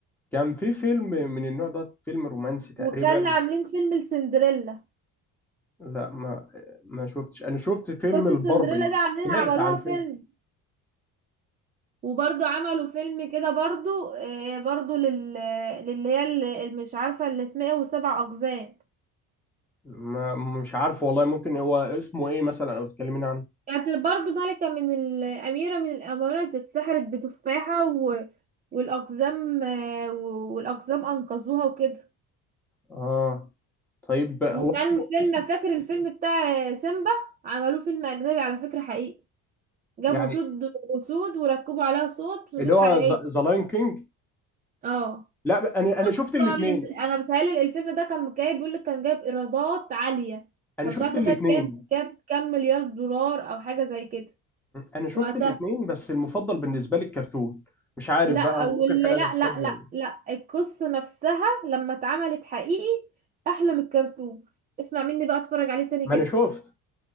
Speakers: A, in the centre; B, on the right (about 25°).
A: كان في فيلم من النوع ده فيلم رومانسي تقريبا
B: وكان عاملين فيلم السندريلا
A: لا ما ما شفتش انا شفت فيلم
B: قصة
A: الباربي
B: السندريلا دي عاملينها
A: سمعت
B: عملوها
A: عن فيلم
B: فيلم وبرضو عملوا فيلم كده برضو آه، برضو لل للي هي اللي مش عارفة اللي اسمها ايه وسبع اقزام
A: ما مش عارف والله ممكن هو اسمه ايه مثلا او تكلمين عنه
B: كانت برضو ملكة من الأميرة من الأمارات اتسحرت بتفاحة و... والأقزام آه، و- والأقزام أنقذوها وكده
A: اه طيب هو
B: وكان
A: اسمه
B: فيلم
A: اسمه
B: فاكر
A: اسمه
B: الفيلم
A: إيه؟
B: بتاع سيمبا عملوه فيلم اجنبي على فكرة حقيقي جابوا
A: يعني
B: اسود اسود وركبوا عليها صوت اسود
A: اللي هو
B: حقيقية
A: ذا لاين كينج
B: اه
A: لا انا
B: كسر
A: انا شفت الاثنين
B: ال... انا بتهيألي الفيلم ده كان جايب بيقول لك كان جايب ايرادات عالية
A: انا
B: كان
A: شفت
B: مش عارفة
A: الاثنين
B: كان جاب جاب كام مليار دولار او حاجة زي كده
A: انا شفت
B: وقتها
A: الاثنين بس المفضل بالنسبه لي الكرتون مش عارف
B: لا
A: بقى هو
B: ولا
A: ممكن حاجه
B: لا
A: نوستالجيا
B: لا لا
A: ولا إيه.
B: لا القصة نفسها لما اتعملت حقيقي احلى من الكرتون اسمع مني بقى اتفرج عليه تاني
A: ما
B: كده
A: انا شفت